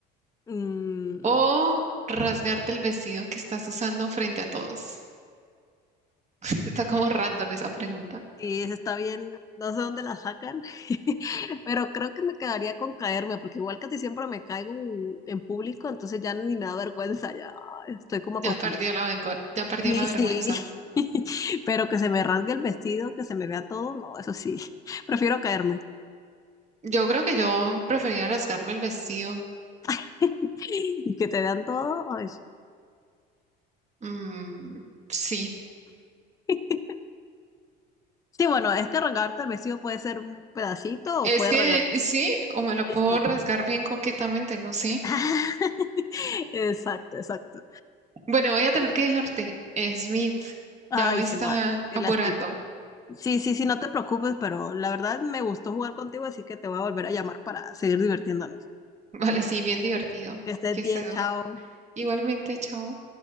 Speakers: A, on the left; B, on the right.
A: <laughs>
B: o rasgarte el vestido que estás usando frente a todos? <laughs> Está como
A: Mm,
B: random esa pregunta.
A: Sí, eso está bien, no sé dónde la sacan, <laughs> pero creo que me quedaría con caerme, porque igual casi siempre me caigo en, en público, entonces ya ni me da vergüenza, ya estoy como acostumbrada.
B: Ya perdió la vengo- ya perdió
A: Sí,
B: la vergüenza.
A: sí, <laughs> pero que se me rasgue el vestido, que se me vea todo, no, eso sí, prefiero caerme
B: Yo creo que yo prefería rasgarme el vestido.
A: <laughs> y que te vean todo. ay. Sí,
B: Mm, sí,
A: <laughs> Sí, bueno, es que regarte el vestido puede ser un pedacito
B: es
A: o puede
B: que
A: regarte.
B: sí, o me lo
A: Sí,
B: puedo
A: sí.
B: rasgar bien coquetamente, no sé.
A: <laughs> Exacto, exacto.
B: Bueno, voy a tener que dejarte, Smith.
A: Ay,
B: Ya me están
A: semana, qué
B: apurando.
A: lástima.
B: <laughs>
A: Sí, sí, sí, no te preocupes, pero la verdad me gustó jugar contigo, así que te voy a volver a llamar para seguir divirtiéndonos.
B: Vale, sí, bien divertido.
A: Que estés
B: Que
A: bien,
B: estés
A: chao.
B: muy- Igualmente, chao.